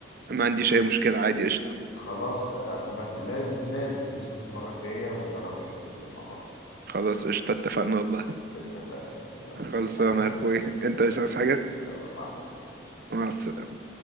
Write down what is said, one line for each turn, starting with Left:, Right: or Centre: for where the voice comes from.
Right: ما عنديش اي مشكله عادي قشطه
Left: خلاص آه، اعتمدنا لازم لازم نظبط المره الجايه ونجرب الحاجتين دول مع بعض
Right: خلاص قشطه اتفقنا والله
Left: اتفقنا يا اخويا يلا
Right: خلصانه
Left: بس حاجه
Right: يا اخوي انت مش عايز حاجه
Left: يلا مع السلامه يا حبيبي
Right: مع السلامه